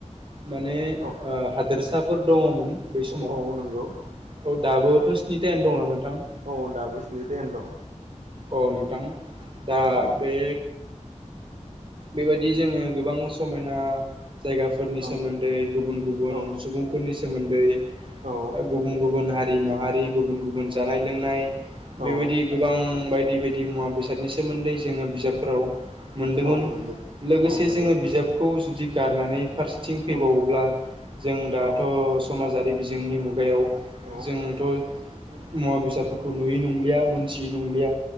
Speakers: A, on the right (about 40°); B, on the right (about 80°).
A: माने
B: औ
A: ओ हादोरसाफोर दङमोन बै समाव
B: औ
A: औ
B: नंगौ
A: दाबोथ' स्नि थायानो दङना नोंथां?
B: औ दाबो स्नि थायानो दं।
A: औ नोंथां दा
B: औ
A: बे बेबायदि जोङो गोबां समायना जायगाफोरनि
B: औ
A: सोमोन्दै गुबुन गुबुन
B: औ
A: सुबुंफोरनि सोमोन्दै ओ
B: औ
A: गुबुन गुबुन हारि माहारि गुबुन गुबुन जानाय लोंनाय बेबायदि
B: औ
A: गोबां बायदि बायदि मुवा बेसादनि सोमोन्दै जोङो बिजाबफोराव मोनदोंमोन।
B: औ मोनबो
A: लोगोसे
B: औ नंगौ
A: जोङो बिजाबखौ जुदि गारनानै फारसेथिं फैबावोब्ला
B: औ
A: जों दाथ'
B: औ
A: समाजारि बिजोंनि मुगायाव
B: औ
A: जोंथ' मुवा बेसादफोरखौ नुयै नंलिया मोनथियै नंलिया